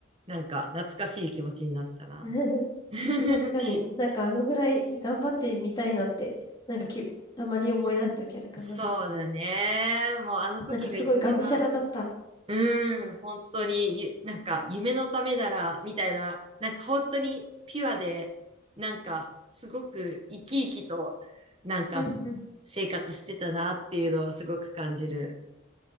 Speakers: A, on the right; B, on the left.
A: なんか、懐かしい気持ちになったな。
B: <laughs>
A: <laughs>
B: 確かになんかあのぐらい頑張ってみたいなって、なんかき、たまに思い出すときあるかな。
A: そうだね。もうあの時が一番
B: なんかすごいがむしゃらだった。
A: うーん、本当にゆ、なんか夢のためなら、みたいな、なんか本当にピュアで、なんかすごく生き生きと、なんか生活してたなっていうのはすごく感じる。
B: うんうん。